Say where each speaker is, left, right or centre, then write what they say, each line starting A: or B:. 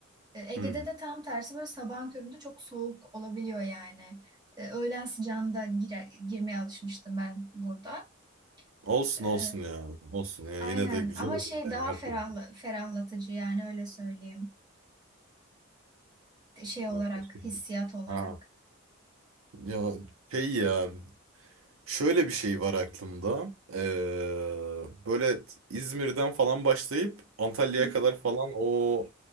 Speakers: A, on the right; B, on the right.
A: E, Ege'de
B: Hmm.
A: de tam tersi böyle sabahın köründe çok soğuk olabiliyor yani. E, öğlen sıcağında girer, girmeye alışmıştım ben burada.
B: Olsun
A: E,
B: olsun ya. Olsun ya.
A: aynen
B: Yine de güzel
A: ama
B: olur
A: şey
B: yani
A: daha
B: her
A: ferahla,
B: türlü.
A: ferahlatıcı yani öyle söyleyeyim. Şey
B: Aa,
A: olarak,
B: şey-
A: hissiyat olarak.
B: Ha. Ya şey ya şöyle bir şey var aklımda. Ee, böyle İzmir'den falan başlayıp Antalya'ya
A: Hı hı.
B: kadar falan o